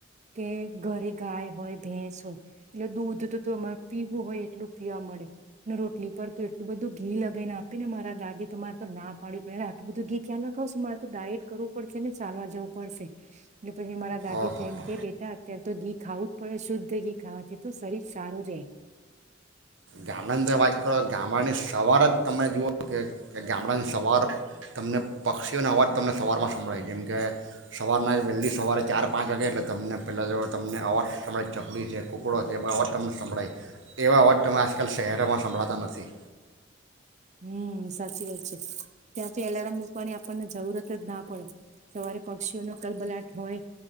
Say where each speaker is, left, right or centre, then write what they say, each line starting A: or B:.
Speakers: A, on the right (about 35°); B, on the right (about 65°).
A: કે ઘરે ગાય હોય ભેંસ હો એટલે દૂધ ત-તો અમાર પીવું હોય એટલું પીવા મળે ન રોટલી પર તો એટલું બધું ઘી લગાવન આપ આપીને મારા દાદી તો માર તો ના પાડવી પડે ને આટું બધું ઘી ક્યાં લગાવશું માર તો ડાયટ કરવું પડશે ને ચાલવા જવું પડશે, ને પહી મારા દાદી
B: ઓહો
A: ત એમ
B: હો હો
A: કે બેટા અત્યાર તો ઘી ખાવું જ પડે શુદ્ધ ઘી ખાવાથી તો શરીર સારું રે.
B: ગામડાની તમે વાત કરો ગામડાની સવાર જ તમે જુઓ કે ગામડાન સવાર તમને પક્ષીઓનો અવાજ તમને સવારમાં સંભળાય, જેમ કે સવારના વહેલી સવારે ચાર પાંચ વાગે એટલે તમને પહેલાં જો તમને અવાજ સંભળ. ચકલી છે, કુકડો છે, બર તમને સંભળાય. એ અવાજ તમે આસ આજકાલ શહેરમાં સંભળાતા નથી.
A: હમ્મ સાચી વાત છે, ત્યાંથી એલારામ મૂકવાની આપણને જરૂરત જ ના પડે, સવારે પક્ષીઓનો કલબલાટ હોય,